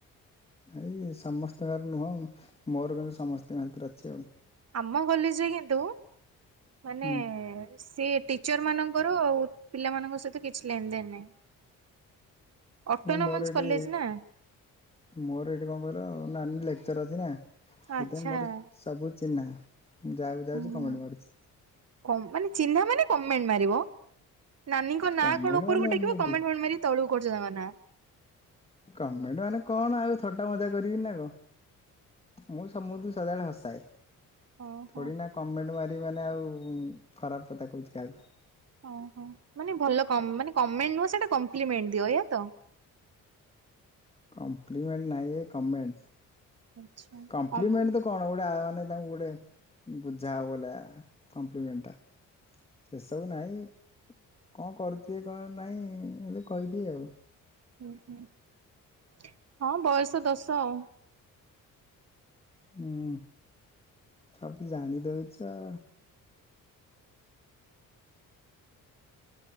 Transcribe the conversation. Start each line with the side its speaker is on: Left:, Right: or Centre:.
Left: ଏଇ ସମସ୍ତଙ୍କର ନୁହଁ ମୋର କେନ୍ତୁ ସମସ୍ତଙ୍କ ସାଥିରେ ଅଛି ଆଉ
Right: ଆମ କଲେଜ ରେ କିନ୍ତୁ ମାନେ
Left: ହୁଁ
Right: ସେ ଟିଚର ମାନଙ୍କର ଆ ପିଲାମାନଙ୍କ ସହିତ କିଛି ଲେନ ଦେନ ନାହିଁ ଅଟୋନୋମସ
Left: ନାଇ ମୋର ଏଇଠି
Right: କଲେଜ ନା
Left: ମୋର ଏଇଠି କଣ କଲ ନାନୀ ଲେକ୍ଚର ଅଛି ନା ସେଥିପାଇଁ
Right: ଆଚ୍ଛା
Left: ମୋର
Right: ହୁଁ
Left: ସବୁ ଚିହ୍ନା ମୁଁ ଯାହାକୁ ଯାଉଛି
Right: ହୁଁ।
Left: କମେଣ୍ଟ ମାରୁଛି
Right: କମ୍ ମାନେ ଚିହ୍ନା ମାନେ କମେଣ୍ଟ ମାରିବ। ନାନୀଙ୍କ ନାଁ
Left: କମେଣ୍ଟ
Right: କଣ ଉପରକୁ
Left: ମାନେ
Right: ଟେକିବ
Left: ଏମିତି
Right: କମେଣ୍ଟ ଫେମଣ୍ଟ ମାରି ତଳକୁ କରୁ ତାଙ୍କ ନାଁ
Left: କମେଣ୍ଟ ମାନେ କଣ ଆଉ ଥଟା ମଜା କରିବି ନା କ ମୁଁ ସମୁଦୁ ସଦାବେଳେ ହସାଏ
Right: ଓହୋ
Left: ଥୋ ଡି ନା କମେଣ୍ଟ ମାରି ମାନେ ଆଉ ଖରାପ କତା କହୁଛି କାହାକୁ
Right: ଓ ହଁ ମାନେ ଭଲ କମ୍ ମାନେ କମେଣ୍ଟ ନୁହଁ ସେଟା କମ୍ପ୍ଲିମେଣ୍ଟ ଦିଅ ଏଇଆ। ତ।
Left: କମ୍ପ୍ଲିମେଣ୍ଟ ନାଇଁଏ କମେଣ୍ଟସ୍।
Right: ଆଚ୍ଛା
Left: କମ୍ପ୍ଲିମେଣ୍ଟ
Right: କମ୍
Left: ତ କଣ ଗୋ ରା ମାନେ ତାଙ୍କୁ ଗୋଟେ ବୁଝା ହବନା କମ୍ପ୍ଲିମେଣ୍ଟ ଟା। ସେସବୁ ନାଇଁ କଣ କରୁଥୁବେ କଣ ନାଇଁ ମୁଁ ଯଦି କଇ ଦିଏ ଆଉ
Right: ହୁଁ ହୁଁ ହଁ ବୟସ ଦୋଷ ଆଉ।
Left: ହୁଁ ସବୁ ଜାଣି ଦଉଛ।